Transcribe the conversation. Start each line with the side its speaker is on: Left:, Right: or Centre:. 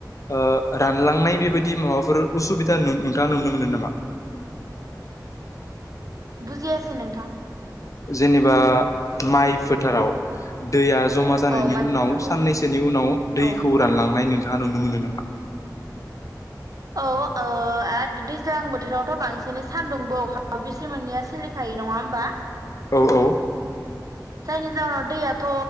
Left: ओ रानलांनाय बेबायदि माबाफोर उसुबिदा नोंथाङा नुनो मोनो नामा?
Right: <unintelligible> <inaudible> बुजियासै नोंथां।
Left: जेनेबा माइ फोथाराव दैया ज जमा जानायनि
Right: औ माइ फोथार
Left: उनाव साननैसोनि
Right: औ
Left: उनाव दैखौ
Right: औ
Left: रानलांनाय नु गा नुनो मोनो नामा?
Right: औ ओ आ दैज्लां बोथोरावथ' बांसिनै सान्दुंबो अखा बिसोरमोननैया सोलिखायो नङा होमबा
Left: औ औ
Right: जायनि जाहोनाव दैयाथ'